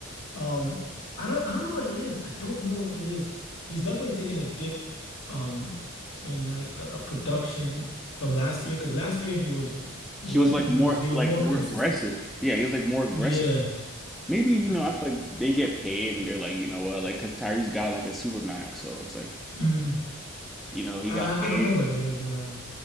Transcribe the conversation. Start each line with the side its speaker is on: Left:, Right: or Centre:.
Left: Um, I don't I don't know what it is. I don't know what it is. He's definitely taken a dip um in like uh, production from last year because last year he was warm
Centre: he was like
Left: he
Centre: more
Left: was he was
Centre: like
Left: more
Centre: more
Left: consistent.
Centre: aggressive. Yeah, he was like more aggressive.
Left: Yeah.
Centre: Maybe, you
Left: Uh,
Centre: know, I feel like they get paid and they're like, you know what, like because Tyrese got like a super max, so it's like,
Left: mm,
Centre: you know, he
Left: I
Centre: got paid.
Left: I don't know what it is, man.